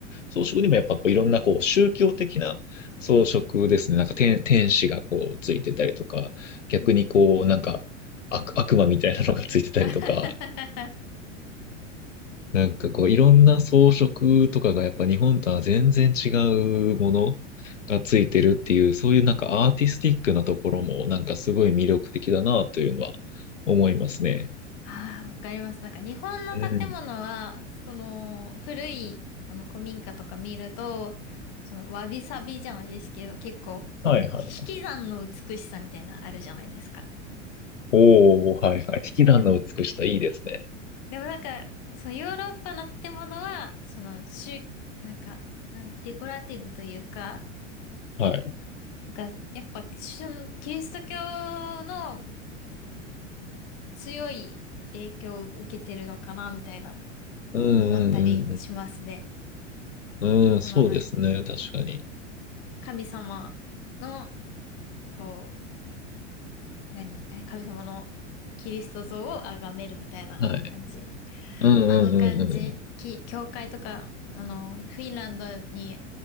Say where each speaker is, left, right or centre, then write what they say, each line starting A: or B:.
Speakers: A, on the left (about 75°); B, on the left (about 40°).
A: 装飾にもやっぱこういろんなこう宗教的な装飾ですね。なんか天、天使がこうついてたりとか、逆にこうなんか悪、
B: うん
A: 悪魔みたいなのがついてたりとか、
B: あはははは
A: なんかこう、いろんな装飾とかがやっぱ日本とは全然違うものがついてるっていう、そういうなんかアーティスティックなところもなんかすごい魅力的だなというのは思いますね。
B: <laughs> あー、わかります。なんか日本の建物は、
A: うん。
B: その古い、その古民家とか見ると、そのわびさびじゃないですけど、結構、
A: はいはい。
B: 引き算の美しさみたいなのあるじゃないですか。
A: おー、はいはい。引き算の美しさいいですね。
B: でも、でもなんか、そのヨーロッパの建物は、その、宗なんか、なん、デコラティブというか、
A: はい。
B: なんか、やっぱ、しキリスト教の強い影響を受けてるのかな、みたいな、
A: うんうんうん
B: 思ったりしますね。
A: うん。うん、
B: あの、
A: そうですね。
B: なんか
A: 確かに。
B: 神様の、こう、何、え神様のキリスト像を崇めるみたいな感じ。
A: はい。うんうんうんうん。
B: あの感じ、き、教会とか、あの、フィンランドに